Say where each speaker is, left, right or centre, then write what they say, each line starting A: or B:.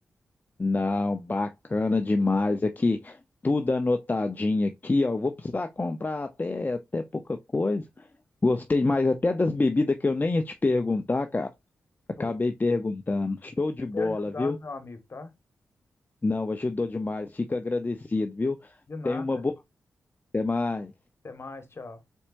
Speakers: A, on the left; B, on the left.
A: Não, bacana demais aqui, tudo anotadinho aqui, ó. eu Vou precisar comprar até, até pouca coisa. Gostei mais até das bebidas que eu nem ia te perguntar, cara. Acabei
B: Pô,
A: perguntando. Show de
B: até
A: bola,
B: ajudado,
A: viu?
B: meu amigo, tá?
A: Não, ajudou demais. Fico agradecido, viu?
B: De nada.
A: Tenha uma boa. Até mais.
B: Até mais, tchau.